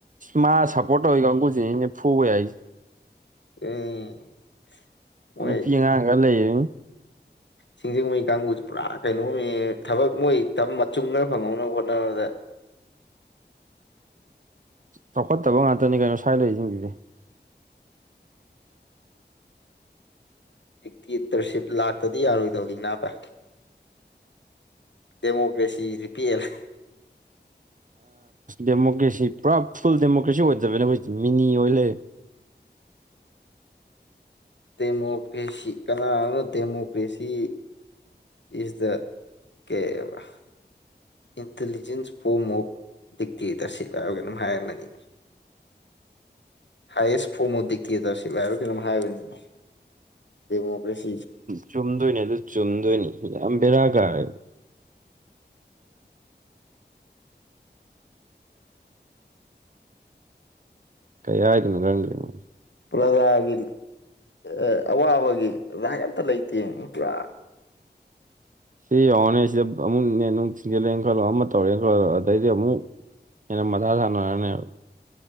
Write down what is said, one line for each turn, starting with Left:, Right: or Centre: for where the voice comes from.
Right: ꯃꯥ ꯁꯞꯄꯣꯔꯠ ꯇꯧꯋꯤ ꯀꯥꯡꯕꯨꯨꯖꯤꯅꯤ ꯐꯨꯕ ꯌꯥꯏꯖꯦ
Left: ꯎꯝ ꯃꯣꯏ
Right: ꯅꯨꯄꯤ ꯑꯉꯥꯡ ꯈꯔ ꯂꯩꯌꯦ
Left: ꯁꯤꯡꯖꯃꯩ ꯀꯥꯡꯕꯨꯖꯦ ꯄꯨꯔꯥ ꯀꯩꯅꯣꯝꯅꯦ ꯊꯕꯛ ꯃꯣꯏ ꯃꯆꯨꯝ ꯈꯔ ꯐꯪꯍꯧꯅꯕ ꯍꯣꯠꯅꯕꯗ
Right: ꯆꯥꯎꯈꯠꯇꯕ ꯉꯥꯛꯇꯅꯤ ꯀꯩꯅꯣ ꯁ꯭ꯋꯥꯏ ꯂꯩꯔꯤꯁꯤꯡꯁꯤꯗꯤ
Left: ꯗꯤꯛꯇꯦꯇ꯭ꯔꯁꯤꯞ ꯂꯥꯛꯇꯗꯤ ꯌꯥꯔꯣꯏꯗꯧꯔꯤ ꯅꯥꯕ ꯗꯦꯃꯣꯀ꯭ꯔꯦꯁꯤ ꯖꯤꯗꯤ ꯄꯦꯜꯂꯦ
Right: ꯗꯦꯃꯣꯀ꯭ꯔꯦꯁꯤ ꯄꯨꯔꯥ ꯐꯨꯜ ꯗꯦꯃꯣꯀ꯭ꯔꯦꯁꯤ ꯑꯣꯏꯗꯕꯅꯦ ꯑꯩꯈꯣꯏ ꯃꯤꯅꯤ ꯑꯣꯏ ꯂꯩꯔꯦ
Left: ꯗꯦꯃꯣꯀ꯭ꯔꯦꯁꯤ ꯀꯅꯥꯅꯅꯣ ꯗꯦꯃꯣꯀ꯭ꯔꯦꯁꯤ ꯏꯁ ꯗ ꯀꯩ ꯑꯕ ꯏꯟꯇꯂꯤꯖꯦꯟꯁ ꯐꯣꯃ ꯑꯣꯐ ꯗꯤꯛꯇꯦꯇꯔꯁꯤꯞ ꯍꯥꯏꯕ ꯀꯩꯅꯣꯝ ꯍꯥꯏꯔꯝꯃꯅꯤ ꯍꯥꯏꯌꯦꯁ ꯐꯣꯔꯝ ꯑꯣꯐ ꯗꯤꯛꯇꯦꯇꯔꯁꯤꯞ ꯍꯥꯏꯔ ꯀꯩꯅꯣꯝ ꯍꯥꯏꯕꯅꯤ ꯗꯦꯃꯣꯀ꯭ꯔꯦꯁ
Right: ꯆꯨꯝꯗꯣꯏꯅꯤ ꯑꯗꯨ ꯆꯨꯝꯗꯣꯏꯅꯤ ꯌꯥꯝ ꯕꯦꯔꯥ ꯀꯥꯔꯦ ꯀꯩ ꯍꯥꯏꯗꯅꯣ ꯈꯪꯗ꯭ꯔꯦꯕ
Left: ꯄ꯭ꯔꯖꯥꯒꯤ ꯑ ꯑꯋꯥꯕꯒꯤ ꯔꯥꯏꯠ ꯑꯝꯇ ꯂꯩꯇꯦꯃ ꯄꯨꯔꯥ
Right: ꯁꯤ ꯌꯦꯡꯉꯣ ꯅꯦ ꯁꯤꯗ ꯑꯃꯨꯛ ꯅꯦꯠ ꯑꯃꯨꯛ ꯊꯤꯡꯖꯤꯜꯂꯦꯅ ꯈꯜꯂꯣ ꯑꯃ ꯇꯧꯔꯦꯅ ꯈꯜꯂꯣ ꯑꯗꯩꯗꯤ ꯑꯃꯨꯛ ꯍꯦꯟꯅ ꯃꯊꯥ ꯁꯥꯅꯔꯅꯦꯕ